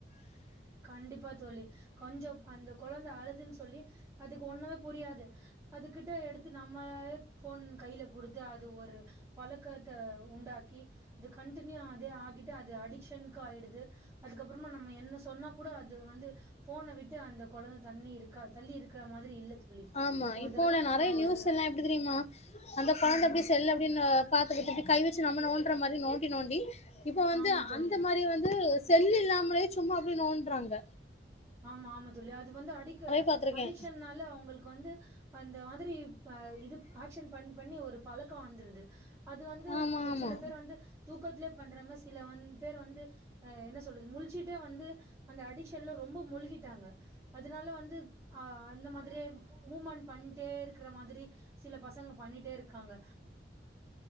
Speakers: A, on the right (about 15°); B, on the left (about 35°).
A: கண்டிப்பா தோழி கொஞ்சோ அந்த கொழந்த அழுதுன்னு சொல்லி அதுக்கு ஒண்ணுமே புரியாது அதுகிட்ட எடுத்து நம்மளே போன் கையில கொடுத்து அ து ஒரு பழக்கத்த உண்டாக்கி அது கன்டீனியூ அதே ஆக்கிட்டு அது அடிக்ஷனுக்கு ஆயிடுது அதுக்கப்பறமா நம்ம என்ன சொன்னா கூட அது வந்து போன விட்டு அந்த கொழந்த தண்ணி இருக்க தள்ளி இருக்க மாரி இல்ல தோழி
B: ஆமா
A: ஒரு
B: இப்போ
A: தடவ
B: உள்ள நெறய
A: நம்ம
B: நியூஸ்
A: ஒரு
B: எல்லா எப்டி தெரியுமா அந்த கொழந்தை
A: ம்
B: அப்படி செல்ல அப்டின்னு பாத்துக்கிட்டு இப்டி கை வச்ச நம நோன்ற மாரி நோண்டி நோண்டி இப்ப வந்து
A: ஆமா தோழி
B: அந்த மாரி வந்து செல்லு இல்லாமலே சும்மா அப்டே நோன்றாங்க
A: ஆமா ஆமா தோழி அது வந்து அடி
B: பாத்திருக்கே
A: அடிக்ஷன்னால அவங்களுக்கு வந்து அந்த மாதிரி அஹ் இது ஆக்ஷன் பண்ணி பண்ணி ஒரு பழக்கொ வந்துருது அது வந்து
B: ஆமா ஆமா
A: சில பேர் வந்து தூக்கத்திலயே பண்றாங்க சில வந்து பேர் வந்து ஆஹ் என்ன சொல்றது முலிச்சுட்டே வந்து அந்த அடிக்ஷன்ல ரொம்ப முழுகிட்டாங்க அதனால வந்து அஹ் அந்த மாதிரியே மூமெண்ட் பண்ணிட்டே இருக்கிற மாதிரி சில பசங்க பண்ணிட்டே இருக்காங்க